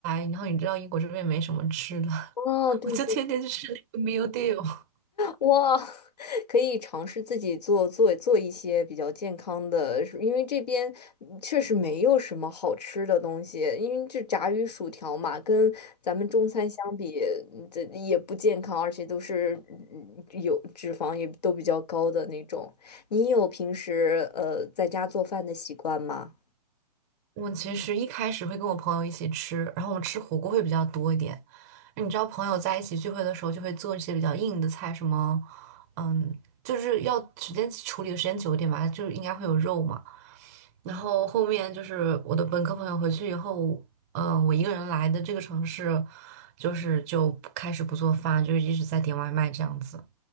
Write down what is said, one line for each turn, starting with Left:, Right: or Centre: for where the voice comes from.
Right: 然后你知道英国这边没什么吃的，
Left: 哦，
Right: <laughs>
Left: 对对
Right: 我就天天去吃那个 meal deal。
Left: 哇，<laughs> 可以尝试自己做做做一些比较健康的，因为这边嗯确实没有什么好吃的东西，因为这炸鱼薯条嘛，跟咱们中餐相比，嗯这也不健康，而且都是嗯有脂肪也都比较高的那种。你有平时呃在家做饭的习惯吗？
Right: 我其实一开始会跟我朋友一起吃，然后我吃火锅会比较多一点。你知道朋友在一起聚会的时候就会做一些比较硬的菜，什么，嗯，就是要时间处理的时间久一点吧，就是应该会有肉嘛。然后后面就是我的本科朋友回去以后，嗯，我一个人来的这个城市，就是就不开始不做饭，就一直在点外卖这样子。